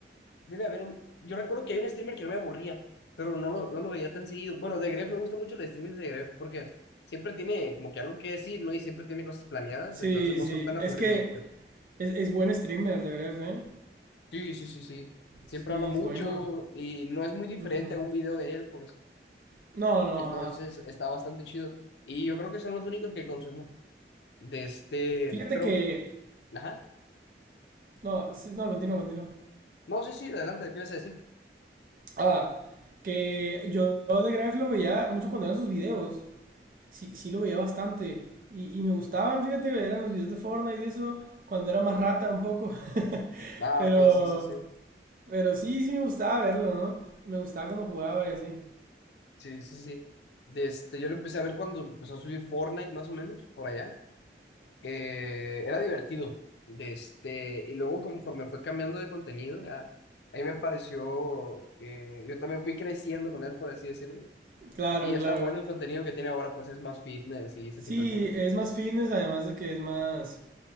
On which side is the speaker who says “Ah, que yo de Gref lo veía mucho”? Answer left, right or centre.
Right